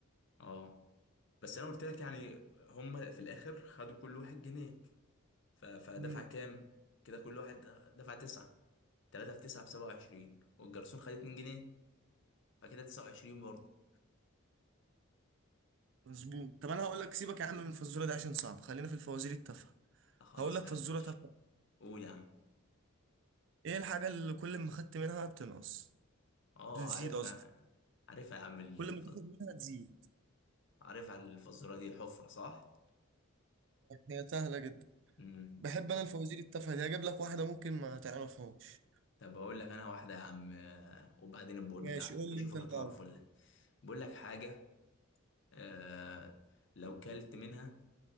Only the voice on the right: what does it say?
امم
مظبوط طب انا هقول لك سيبك يا عم من الفزوره دي عشان صعب خلينا في الفوازير التافهه
هقول لك
فزوره
تافهه
ايه الحاجه اللي كل ما خدت منها بتنقص
بتزيد
قصدي
كل ما تاخد منها تزيد
هي سهله جدا
بحب انا الفوازير التافهه دي هجيب لك واحده ممكن ما تعرفهاش
ماشي
قول
لي انت الاول